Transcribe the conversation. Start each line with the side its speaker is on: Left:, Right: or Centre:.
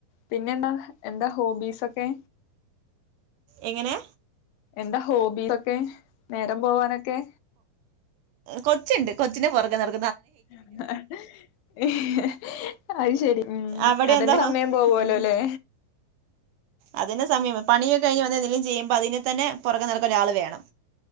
Left: പിന്നെന്താ എന്താ ഹോബീസ് ഒക്കെ
Right: എങ്ങനെ
Left: എന്താ ഹോബീസ് ഒക്കെ നേരം പോവാനൊക്കെ
Right: കൊച്ചുണ്ട് കൊച്ചിന്റെ പുറകെ നട
Left: അഹ് ഹി ഹി അത് ശരി ഉം.
Right: അവിടെ
Left: അതെനെ
Right: എന്താ
Left: സമയം പോവോലോലെ.
Right: ഉം അതിന് സമയം പണിയൊക്കെ കഴിഞ്ഞ് വന്ന് എന്തെങ്കിലും ചെയ്യുമ്പോ അതിന്റെ തന്നെ പുറകെ നടക്കാൻ ഒരാൾ വേണം.